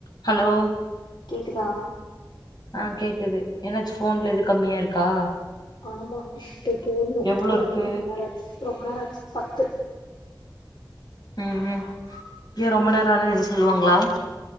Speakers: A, on the left; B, on the left.
A: Hello
B: கேக்குதா
A: ஆ கேக்குது என்னாச்சு ஃபோன்ல இது கம்மியா இருக்கா
B: ஆமா இப்ப போணு
A: எவ்ளோ
B: மேல
A: இருக்கு
B: வந்து ரொம்ப நேரோ ஆச்சி ரொம்ப நேரோ ஆச்சி பத்து
A: ம் ம் ஏ ரொம்ப நேரோ இருந்த இது சொல்லுவாங்களா